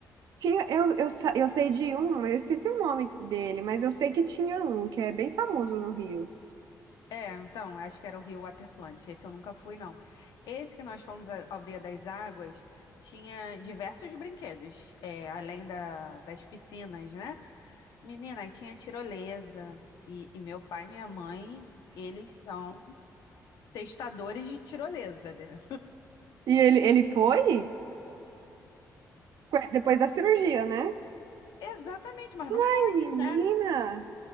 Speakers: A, on the right (about 70°); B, on the left (about 80°).
A: Tinha, eu, eu, sa- eu sei de um, mas eu esqueci o nome dele, mas eu sei que tinha um, que é bem famoso no Rio.
B: É, então, acho que era o Rio Water Plant. Esse eu nunca fui, não. Esse que nós fomos, a Aldeia das Águas, tinha diversos brinquedos, é, além da, das piscinas, né? Menina, aí tinha tirolesa. E, e meu pai e minha mãe, eles são testadores de tirolesa, né?
A: E ele, ele foi? Que- Depois da cirurgia, né?
B: Exatamente, mas não
A: Ai,
B: pode,
A: menina,
B: né?